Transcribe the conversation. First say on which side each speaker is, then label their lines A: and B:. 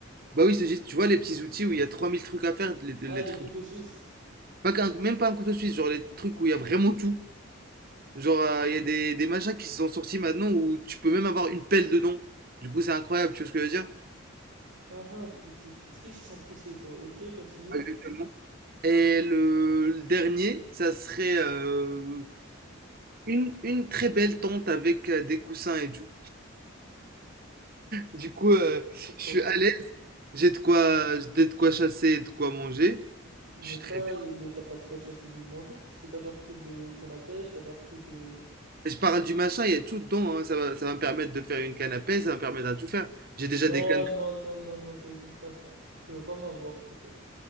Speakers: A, on the right (about 45°); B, on the right (about 65°).
A: Bah oui, c'est juste, tu vois les petits outils où il y a 3000 trucs à faire, les, les
B: Ah, les
A: trucs...
B: couteaux suisses.
A: Pas qu'un- même pas un couteau suisse, genre les trucs où il y a vraiment tout. Genre, euh, il y a des, des machins qui sont sortis maintenant où tu peux même avoir une pelle dedans. Du coup, c'est incroyable, tu vois ce que je veux dire?
B: Ah ah, tu, tu, tu triches sans tricher, toi. Ok, continue.
A: Exactement. Et le, le dernier, ça serait euh, une, une très belle tente avec euh, des coussins et tout. Du coup, euh,
B: Pourquoi
A: je suis
B: pas?
A: allé J'ai de quoi j'ai de quoi chasser et de quoi manger.
B: Mais
A: Je suis
B: pas,
A: très bien.
B: mais t'as pas de quoi chasser ni de manger, puisque t'as pas pris de canne à pêche, t'as pas pris de...
A: Et Je parle du machin, il y a tout dedans, hein. Ça va, ça va me permettre de faire une canne à pêche, ça va me permettre de tout faire. J'ai déjà
B: Non,
A: des cannes. de-
B: non, non, non, non, ça existe pas, ça. Tu vas pas m'avoir, poteau.